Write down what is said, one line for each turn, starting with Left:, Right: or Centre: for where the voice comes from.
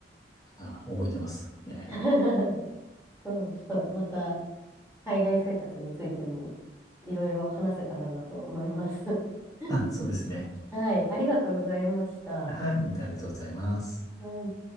Left: あ、覚えてます。ええ
Centre: <laughs> そう、ちょっと、また、海外生活についても、いろいろ話せたらなと思います。<laughs>
Left: あ、そうですね。
Centre: はい、ありがとうございました。
Left: はい、ありがとうございます。
Centre: はい